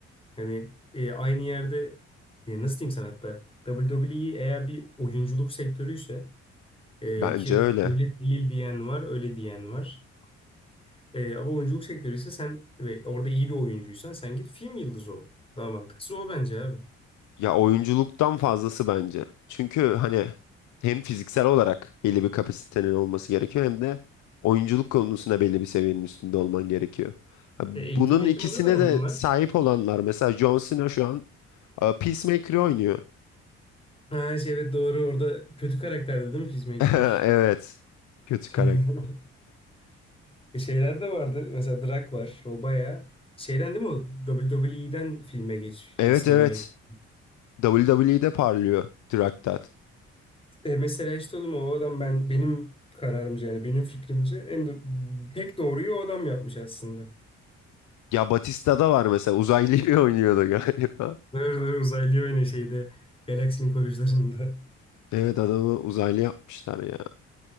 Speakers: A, on the left (about 20°); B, on the left (about 70°).
A: Yani e, aynı yerde e, nasıl diyeyim sana hatta WWE eğer bir oyunculuk sektörüyse e,
B: Bence
A: ki
B: öyle.
A: öyle değil diyen var öyle diyen var. Ee, ama oyunculuk sektörü ise sen ve orada iyi bir oyuncuysan sen git film yıldızı ol. Daha mantıklısı o bence abi.
B: Ya oyunculuktan fazlası bence. Çünkü hani hem fiziksel olarak belli bir kapasitenin olması gerekiyor hem de oyunculuk konusunda belli bir seviyenin üstünde olman gerekiyor. Ha, Bunun
A: E, eğitim eğitim
B: ikisine
A: alıyorlar mı
B: de
A: bunlar?
B: sahip olanlar mesela John Cena şu an e, Peacemaker'ı oynuyor.
A: Ha şey, evet doğru orada kötü karakterdi değil mi Peacemaker?
B: <laughs> Evet. Kötü
A: <laughs>
B: karakter.
A: E, şeyler de vardı. Mesela Drak var. O bayağı şeyden değil mi o? W W E'den filme geç,
B: Evet
A: e, sinemaya
B: evet.
A: git.
B: WWE'de parlıyor Traktat.
A: E, mesela işte oğlum o adam ben benim kararımca yani benim fikrimce en do- tek doğruyu o adam yapmış aslında.
B: Ya Batista da var mesela uzaylıyı <laughs> oynuyordu galiba.
A: Doğru doğru uzaylı oynuyor şeyde. Galaksinin koruyucularında.
B: Evet adamı uzaylı yapmışlar ya.